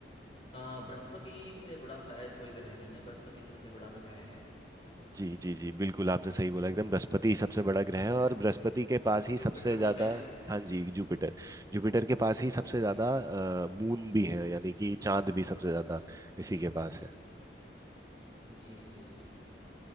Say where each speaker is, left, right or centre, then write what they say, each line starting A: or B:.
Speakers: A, on the left; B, on the right.
A: अ, बृहस्पति से बड़ा शायद कोई ग्रह नहीं है बृहस्पति सबसे बड़ा ग्रह है
B: जी जी जी बिल्कुल आपने सही बोला एकदम बृहस्पति ही सबसे बड़ा ग्रह है
A: शायद
B: और बृहस्पति के पास ही
A: जुपिटर
B: सबसे ज्यादा
A: बोलते हैं ना
B: हाँ जी जुपिटर जुपिटर के पास ही सबसे
A: जी
B: ज्यादा मून भी है यानी कि चांद भी सबसे ज्यादा इसी के पास है
A: जी जी जी जी।